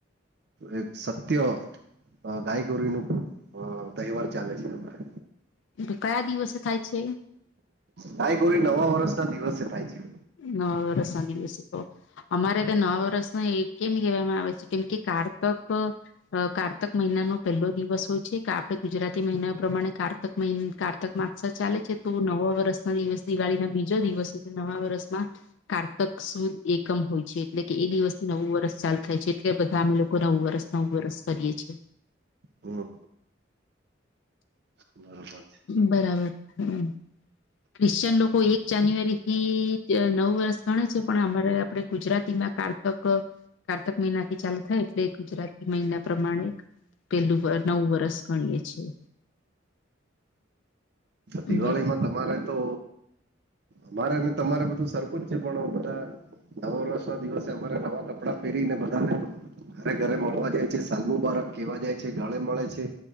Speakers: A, on the right (about 55°); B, on the left (about 70°).
A: એક સત્ય ગાય ગોરી ન હ તહેવાર ચાલે છે અમારે.
B: એલે <unintelligible> કયા દિવસે થાય છે?
A: ગાયગોરી નવા વર્ષના દિવસે થાય છે.
B: નવા વર્ષના દિવસે <unintelligible> અમારે તો નવા વર્ષનો એ કેમ કહેવામાં આવે છે કેમ કે કારતક અ કાર્તક મહિનાનો પહેલો દિવસ હોય છે કે આપણે ગુજરાતી મહિના પ્રમાણે કારત કારતક મહિ કારતક માસ ચાલે છે તો નવા વર્ષના દિવસ દિવાળીના બીજો દિવસ છે નવા વર્ષ માં કારતક સુદ એકમ હોય છે. કે એ નવું વર્ષ ચાલુ થાય છે. એટલે બધા અમે લોકો નવું વર્ષ નવુ વર્ષ કરીએ છીએ.
A: હમ બરોબર. છે
B: બરાબર હમ. ક્રિશ્ચિયન લોકો એક જાન્યુઆરીથી નવ વર્ષ ગણે છે, પણ અમારે આપણે ગુજરાતીમાં કારત કારતક મહિનાથી ચાલુ થાય એટલે ગુજરાતી મહિના પ્રમાણે પેહલું નવું વરસ ગણીએ છીએ.
A: ગલીમાં
B: બરાબર
A: તમારે તો અમારે, તમારે બધું સરખું જ છે. પણ બધા નવાવષૅના દિવસે અમારે નવા કપડા પહેરીને બધાને અને ઘરે મળવા જાય છે, સાલમુબારક કેવા જાય છે, ગળ મળે છે.